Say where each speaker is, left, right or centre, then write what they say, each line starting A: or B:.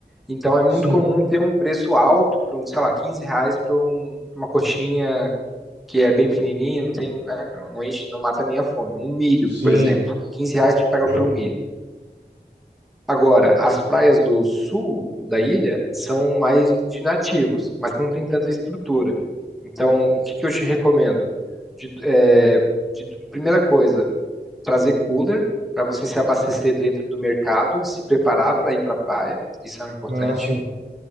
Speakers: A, in the centre; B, on the right.
A: Então é muito
B: sim,
A: comum ter um preço alto para um, sei lá, 15 reais para um- uma coxinha que é bem pequenininha, não tem, né, não, não enche, não mata nem a fome. Um milho,
B: sim.
A: por exemplo, 15 reais tu pega
B: Verdade.
A: por um milho. Agora, as praias do sul da ilha são mais de nativos, mas não tem tanta estrutura. Então, o que que eu te recomendo? De- é, de- primeira coisa, trazer cooler para você se abastecer dentro do mercado e se preparar para ir para a praia. Isso é importante.
B: Ah, sim,